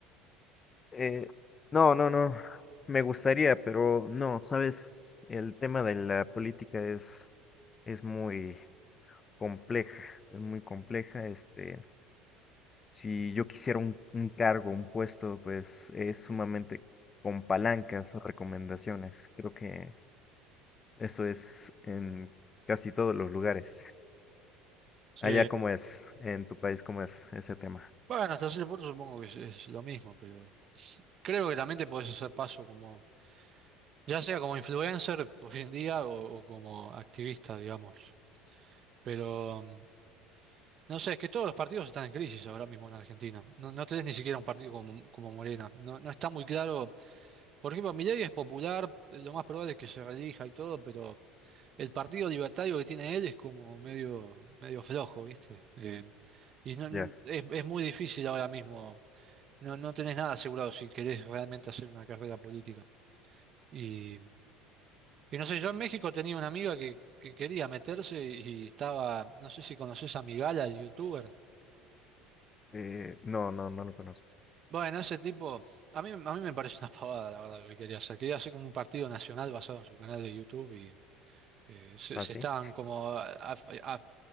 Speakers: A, on the left (about 30°); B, on the right (about 45°).
A: eh, no, no, no, me gustaría, pero no, sabes, el tema de la política es, es muy compleja, es muy compleja, este, Si yo quisiera un, un cargo, un puesto, pues es sumamente con palancas, o recomendaciones. Creo que eso es en casi todos los lugares.
B: Sí.
A: Allá cómo es, en tu país cómo es ese tema.
B: Bueno, hasta cierto punto supongo que es, es lo mismo, pero creo que también te podés hacer paso como, ya sea como influencer hoy en día o, o como activista, digamos. Pero mm, No sé, es que todos los partidos están en crisis ahora mismo en Argentina. No, no tenés ni siquiera un partido como, como Morena. No, no está muy claro. Por ejemplo, Milei es popular, eh, lo más probable es que se reelija y todo, pero el partido libertario que tiene él es como medio, medio flojo, ¿viste? Eh, y no-
A: Ya.
B: es, es muy difícil ahora mismo. No, no tenés nada asegurado si querés realmente hacer una carrera política. Y, y no sé, yo en México tenía una amiga que, que quería meterse y estaba, no sé si conoces a Migala, el youtuber.
A: Eh, no, no, no lo conozco.
B: Bueno, ese tipo, a mí, a mí me parece una pavada, la verdad, lo que quería hacer. Quería hacer como un partido nacional basado en su canal de YouTube y eh, se,
A: ¿Ah,
B: se
A: sí?
B: estaban como a- a- a-